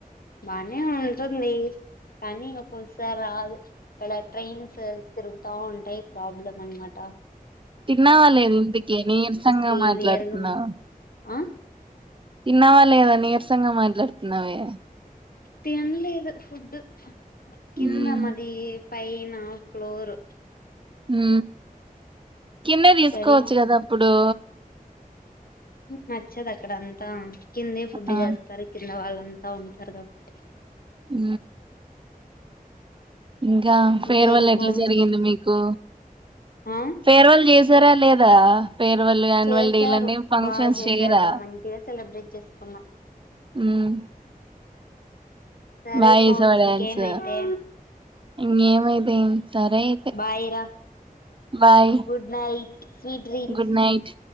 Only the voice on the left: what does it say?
బానే ఉంటుంది కానీ ఒక్కొసారి రాదు. ఇక్కడ ట్రైన్ సార్ తిరుగు తా ఉంటాయి ప్రాబ్లం అనమాట.
కి
నియర్ గా ఉం ఆ
తినలేదు ఫుడ్ కింద
మది పైనా ఫ్లోరు
కది
నచ్చదు అక్కడ అంతా కిందే ఫుడ్
చేస్తారు కింద వాళ్ళ అంతా ఉంటారు కాబట్టి.
ఇంకేం
కోమ్స్
ఆ
చేశారు,
బాగా చేశారు
బాగ మంచిగా సెలబ్రేట్ చేసుకున్నాం.
సరే
కోన్స్
ఇంకేమైతే
బాయ్ రా
good night sweet dreams